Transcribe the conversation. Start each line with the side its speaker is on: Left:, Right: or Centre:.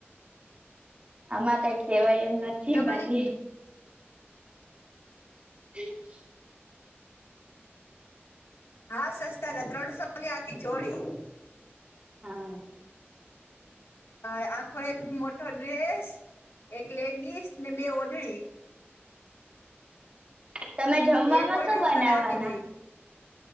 Right: આમાં કઈ કેવાય એમ નથી
Left: તમારી
Right: બાકી <inaudible>
Left: હાવ સસ્તા હતા ત્રણસોની આખી જોડી.
Right: હા
Left: અ આખો એક મોટો ડ્રેસ એક લેગીસ ને બે ઓઢળી
Right: તમે જમવામાં
Left: એક ઓઢણી
Right: શું
Left: હું
Right: બનાવવાના
Left: તને આપી દઈ